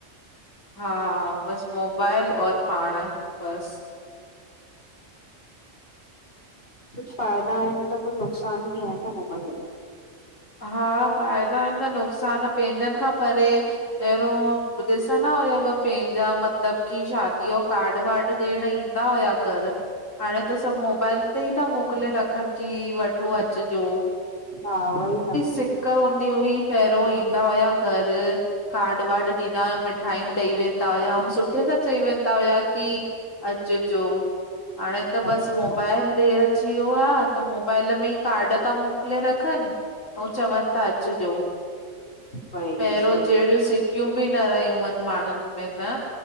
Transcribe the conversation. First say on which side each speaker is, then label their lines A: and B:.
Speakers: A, on the left; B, on the left.
A: हा बस मोबाइल और पाण, बस।
B: कुझु फ़ाइदा आहिन त कुछ नुक़सान बि आहिन न मोबाइल मां।
A: हा फ़ाइदा आहिनि त नुक़सान, पंहिंजन खां परे पहिरियों ॾिसंदा हुया, पंहिंजा मतलब कि शा धीअ यो कार्ड वार्ड ॾियण ईंदा हुया घर, हाणे त सब मोबाइल हिते ई था मोकिले रखनि कि, वठो- अचजो।
B: हा वईी न।
A: सिक्क हुंदी हुई पहिरियों ईंदा हुया घर कार्ड वार्ड ॾींदा हुया मिठायूं ॾेई वेंदा हुया, ऐं सुट्ठे सां चई वेंदा हुया कि अचजो, हाणे त
B: अच्छा
A: बस मोबाइल मोबाइल अची वियो आ त मोबाइल में ई कार्ड था मोकिले रखन अंउ चवनि था अचजो,
B: वई
A: पहिरियों
B: सही है।
A: जहिड़ियूं सि कियूं बि न रहियूं आहिन माण्हुनि में, न।